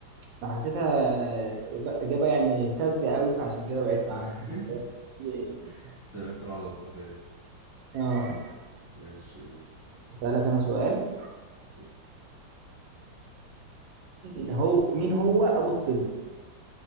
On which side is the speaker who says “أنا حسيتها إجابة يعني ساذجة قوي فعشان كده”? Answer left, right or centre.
Right